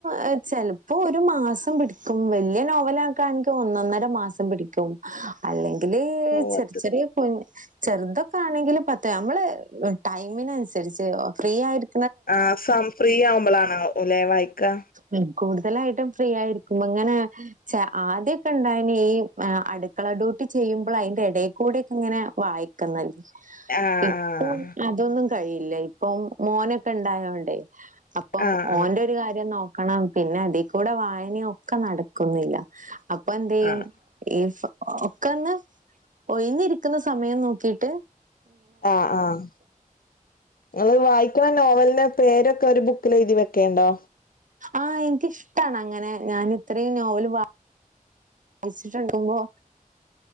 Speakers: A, on the right; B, on the left.
A: ഏഹ് ചെലപ്പോ ഒരു മാസം പിടിക്കും വലിയ നോവല നോവലക്കാണെങ്കി ഒന്നൊന്നര മാസം പിടിക്കും അല്ലെങ്കില്
B: ഓ
A: ചെറ്
B: അത്
A: ചെറിയെ ചെറുതൊക്കെ ആണെങ്കിൽ പത്ത് നമ്മള് ടൈമിനന്സര്ച്ച് ഫ്രീ ആയിരി
B: ആഹ് സം ഫ്രീ ആവുമ്പോളണാ വേം വായിക്കാ
A: ഉം കൂടുതലായിട്ടും ഫ്രീ ആയിരിക്കുമ്പങ്ങനെ ച ആദ്യൊക്കെ ണ്ടായ്നി ഈ അടുക്കള ഡ്യൂട്ടി ചെയ്യുമ്പോ അയിന്റെ എടെക്കൂടെ ഒക്കെങ്ങനെ വായിക്ക ക്കങ്ങല്
B: ആഹ്
A: ഇപ്പോ
B: ആഹ്
A: അതൊന്നും കഴിയില്ല ഇപ്പം മോനൊക്കെ ഇണ്ടായോണ്ടേയ് അപ്പം
B: ആഹ്
A: ഓന്റൊരു കാര്യ കാരിയം നോക്കണം പിന്നെ ഇതി കൂടെ വായനൊക്കെ നടക്കുന്നില്ല അപ്പന്തെയും
B: ആഹ്
A: ഈ ഫ ഓ ഒക്കൊന്ന് ഒയ്ഞ്ഞിര്ക്കുന്ന സമയം നോക്കീട്ട്
B: ആഹ് ആഹ് ഇങ്ങൾ വായിക്കണ നോവലിന്റെ പേരൊക്കെ ഒരു ബുക്കിലെയ്തി വെക്കല്ണ്ടോ?
A: ആഹ് ഇന്ക്കിഷ്ടാണങ്ങനെ ഞാൻ ഇത്രേം നോവല് വായ് യ്ച്ചിട്ട്ട്ടുണ്ടാവ്വോ?